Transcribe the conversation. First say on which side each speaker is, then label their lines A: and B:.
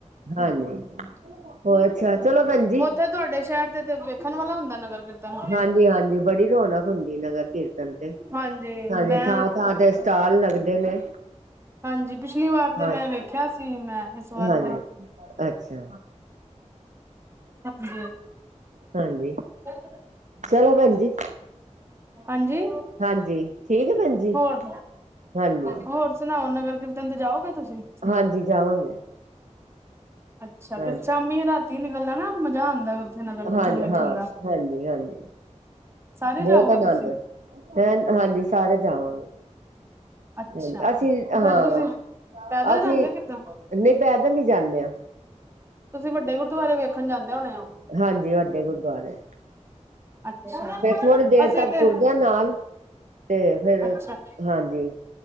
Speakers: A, on the right; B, on the right.
A: ਹਾਂਜੀ, ਹੋਰ ਅੱਛਾ ਚਲੋ ਭੈਣ ਜੀ
B: ਉੱਥੇ, ਤੁਹਾਡੇ ਸ਼ਹਿਰ ਤੇ, ਤੇ ਵੇਖਣ ਵਾਲਾ ਹੁੰਦਾ ਨਗਰ ਕੀਰਤਨ।
A: ਹਾਂਜੀ- ਹਾਂਜੀ। ਬੜੀ ਰੌਣਕ ਹੁੰਦੀ ਨਗਰ ਕੀਰਤਨ ਤੇ,
B: ਹਾਂਜੀ
A: ਹਾਂਜੀ।
B: ਮੈਂ
A: ਥਾਂ-ਥਾਂ ਤੇ, ਸਟਾਲ ਲਗਦੇ ਨੇ।
B: ਹਾਂਜੀ। ਪਿਛਲੀ ਵਾਰ
A: ਹਾਂ
B: ਤੇ, ਮੈਂ ਵੇਖਿਆ ਸੀ ''ਮੈਂ ਇਸ ਵਾਰ
A: ਹਾਂਜੀ
B: ਤੇ
A: ਅੱਛਾ
B: ਹਾਂਜੀ।
A: ਹਾਂਜੀ।
B: ਹੋਰ
A: ਚਲੋ, ਭੈਣ ਜੀ
B: ਹਾਂਜੀ!
A: ਹਾਂਜੀ ਠੀਕ ਹੈ ਭੈਣ ਜੀ
B: ਹੋਰ-
A: ਹਾਂਜੀ-ਹਾਂਜੀ
B: ਹੋਰ ਸੁਣਾਓ? ਨਗਰ ਕੀਰ ਤਨ ਤੇ, ਜਾਓਗੇ? ਤੁਸੀਂ?
A: ਹਾਂਜੀ, ਜਾਵਾਂਗੇ।
B: ਅੱਛਾ।
A: ਹਾਂਜੀ
B: ਫੇ, ਸ਼ਾਮੀ ਰਾਤੀ ਨਿਕਲਨਾ ਨਾ, ਮਜਾ ਆਂਦਾ ਨਗਰ ਕੀਰਤਨ
A: ਹਾਂ,
B: ਵੇਖਣ
A: ਹਾਂ,
B: ਦਾ।
A: ਹਾਂਜੀ- ਹਾਂਜੀ!
B: ਸਾਰੇ
A: ਬਹੁਤ
B: ਜਾਓਗੇ
A: ਆਨੰਦ
B: ਤੁਸੀਂ
A: ਹੈਂ, ਹਾਂਜੀ ਸਾਰੇ ਜਾਵਾਂਗੇ,
B: ਅੱਛਾ
A: ਹਾਂਜੀ,
B: ਤੇ
A: ਅਸੀਂ ਹਾਂ
B: ਫੇਰ ਤੁਸੀਂ ਪੈਦਲ
A: ਅਸੀਂ,
B: ਜਾਂਦੇ ਕਿੱਦਾਂ?
A: ਨਹੀਂ ਪੈਦਲ ਹੀ ਜਾਂਨੇ ਆਂ।
B: ਤੁਸੀਂ ਵੱਡੇ ਗੁਰਦੁਆਰੇ ਵੇਖਣ ਜਾਂਦੇ ਹੋਣੇ ਹੋ।
A: ਹਾਂਜੀ ਵੱਡੇ ਗੁਰਦੁਆਰੇ।
B: ਅੱਛਾ
A: ਫੇਰ ਥੋੜੀ ਦੇਰ
B: ਅਸੀਂ
A: ਤੱਕ
B: ਤੇ
A: ਤੁਰਦੇ ਆਂ ਨਾਲ। ਤੇ ਫੇਰ,
B: ਅੱਛਾ
A: ਹਾਂਜੀ।